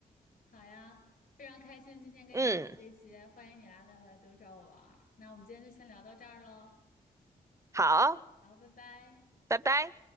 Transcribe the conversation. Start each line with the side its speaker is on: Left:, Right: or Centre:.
Left: 好呀，非常开心今天跟你聊这些，
Right: 嗯，
Left: 欢迎你来阿德莱德找我玩儿。那我们今天就先聊到这儿喽，
Right: 好，
Left: 好，拜拜。
Right: 拜拜。